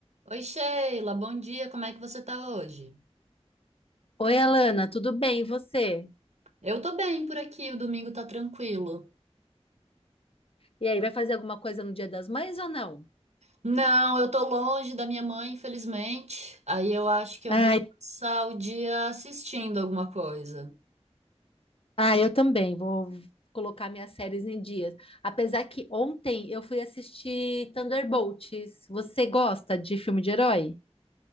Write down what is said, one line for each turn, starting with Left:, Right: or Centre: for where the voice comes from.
Right: Oi, Sheila, bom dia, como é que você tá hoje?
Left: Oi, Alana, tudo bem? E você?
Right: Eu tô bem por aqui, o domingo tá tranquilo.
Left: E aí, vai fazer alguma coisa no Dia das Mães ou não?
Right: Não, eu tô longe da minha mãe, infelizmente. Aí eu acho que
Left: Ai,
Right: eu vou passar o dia assistindo alguma coisa.
Left: ah, eu também vou. Colocar minhas séries em dias. Apesar que ontem eu fui assistir Thunderbolts. Você gosta de filme de herói?